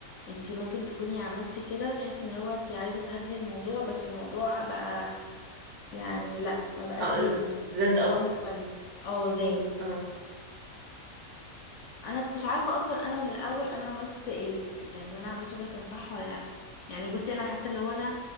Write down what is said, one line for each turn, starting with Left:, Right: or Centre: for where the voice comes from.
Left: انتي ممكن تكوني عملتي كده بحيث ان هو انتي عايزة تهدي الموضوع بس الموضوع بقى يعني لا ما بقاش
Right: اه
Left: هادي
Right: زاد
Left: الموضوع
Right: اكتر
Left: مختلف اه زاد
Right: اه
Left: انا مش عارفة اصلا انا من الاول انا عملت ال... يعني اللي انا عملته ده كان صح ولا لا يعني بصي انا حاسة اللي هو انا